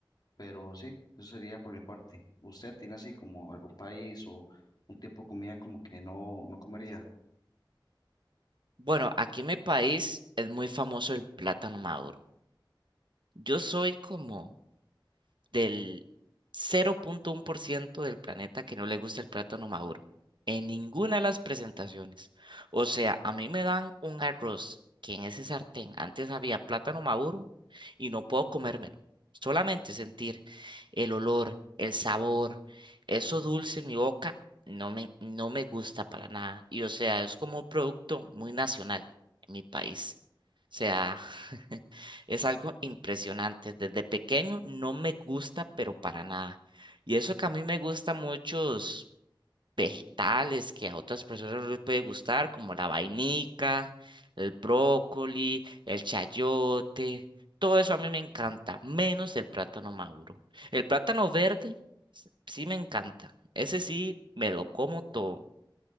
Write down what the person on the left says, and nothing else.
Pero sí, eso sería por mi parte. ¿Usted tiene así como algún país o un tipo de comida como que no, no comería?